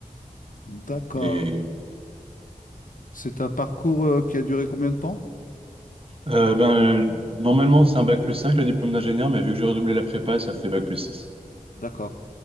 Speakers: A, on the left; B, on the right.
A: D'accord.
B: Et
A: C'est un parcours euh, qui a duré combien de temps?
B: euh, ben, normalement, c'est un bac plus 5 le diplôme d'ingénieur, mais vu que j'ai redoublé la prépa, ça fait bac plus 6.
A: D'accord.